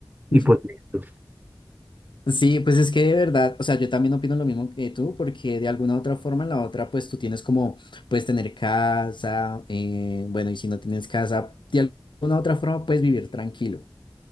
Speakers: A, on the right; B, on the left.
A: y
B: <laughs>
A: pues listo.
B: Sí, pues es que de verdad, o sea, yo también opino lo mismo que tú, porque de alguna u otra forma, en la otra, pues tú tienes como, puedes tener casa, eh, bueno, y si no tienes casa, de alguna u otra forma puedes vivir tranquilo.